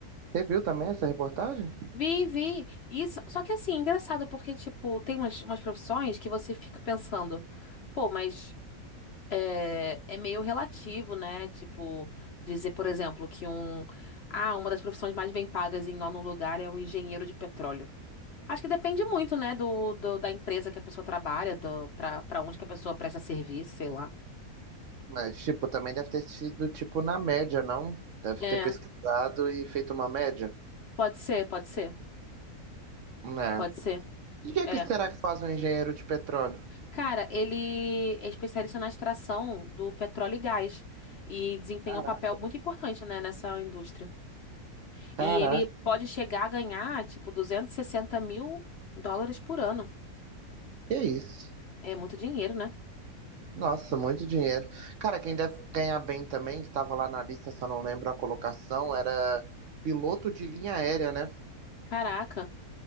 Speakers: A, on the right; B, on the left.
A: Você viu também essa reportagem?
B: Vi, vi. Isso, só que assim, engraçado, porque, tipo, tem umas, umas profissões que você fica pensando, pô, mas é, é meio relativo, né? Tipo, dizer, por exemplo, que um, ah, uma das profissões mais bem pagas em nono lugar é o engenheiro de petróleo. Acho que depende muito, né, do, do- da empresa que a pessoa trabalha, do, pra, pra onde que a pessoa presta serviço, sei lá.
A: Mas, tipo, também deve ter sido, tipo, na média, não? Deve
B: É,
A: ter pesquisado e feito uma média.
B: pode ser, pode ser,
A: Né?
B: pode ser.
A: E o que é
B: É,
A: que será que faz um engenheiro de petróleo?
B: Cara, ele é especialista na extração do petróleo e gás e desempenha
A: Caraca.
B: um papel muito importante, né, nessa indústria.
A: Caraca,
B: E ele pode chegar a ganhar, tipo, duzentos e sessenta mil dólares por ano.
A: que é isso?
B: É muito dinheiro, né?
A: Nossa, muito dinheiro. Cara, quem deve ganhar bem também, que estava lá na lista, só não lembro a colocação, era piloto de linha aérea, né?
B: Caraca.